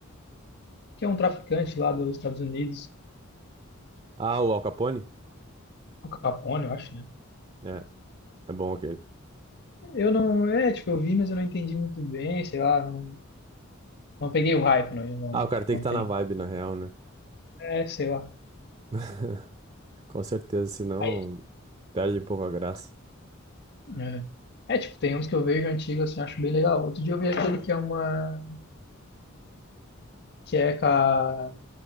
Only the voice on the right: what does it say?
Ah, o Al Capone?
É, é bom aquele.
Ah, o cara tem
que estar
na vibe, na real, né?
<laughs> Com certeza, senão
perde um pouco a graça.